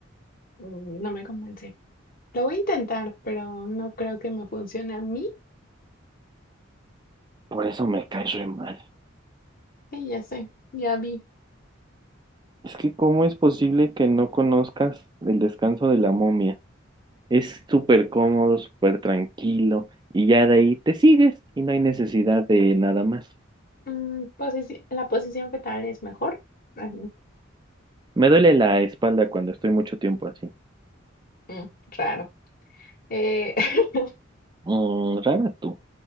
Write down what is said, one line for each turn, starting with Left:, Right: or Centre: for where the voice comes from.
Left: Mm, No me convence. Lo voy a intentar, pero no creo que me funcione a mí.
Right: Por eso me caes re mal.
Left: Sí, ya sé, ya vi.
Right: Es que, ¿cómo es posible que no conozcas el descanso de la momia? Es súper cómodo, súper tranquilo y ya de ahí te sigues y no hay necesidad de nada más.
Left: Mm, posici- la posición fetal es mejor. Ah,
Right: Me duele la espalda cuando estoy mucho tiempo así.
Left: Mm, raro. Eh, <laughs>
Right: Mm, rara tú.